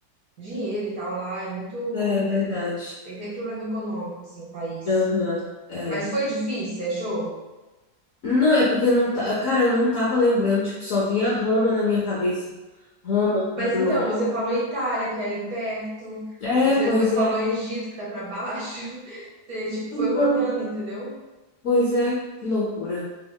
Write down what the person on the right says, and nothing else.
dinheiro e tal lá, é muito
tem sempre problema econômico assim, o país.
Mas foi difícil, você achou?
Mas
então, você falou Itália, que é ali perto.
Você
depois falou
Egito, que tá pra baixo. <laughs> Você, tipo,
foi rodando, entendeu?